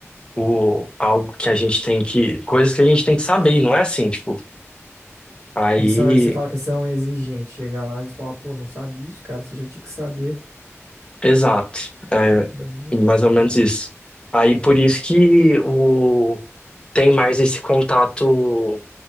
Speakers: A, on the left (about 20°); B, on the right (about 75°).
A: O, algo que a gente tem que, coisas que a gente tem que saber, e não é assim, tipo, aí,
B: Eles são, você fala que eles são exigentes. Chega lá, eles falam, pô, não sabe isso, cara, você já tinha que saber.
A: exato, é
B: Entendi.
A: mais ou menos isso. Aí por isso que o, tem mais esse contato